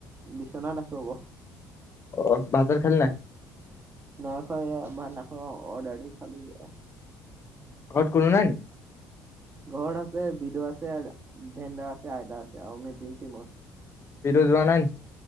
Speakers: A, on the right (about 30°); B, on the left (about 40°).
A: বিচনাত আছো আক
B: অ' ভাত-চাত খালি নাই।
A: নাই খোৱা ভাত নাখাও, এয়া অৰ্ডাৰ দি খালো যে
B: ঘৰত কোনো নাই নি?
A: ঘৰত আছে বিদু আছে, ভেনদা আছে আইতা আছে, আমি পিঞ্চি, মই।
B: বিজু যোৱা নাই নি?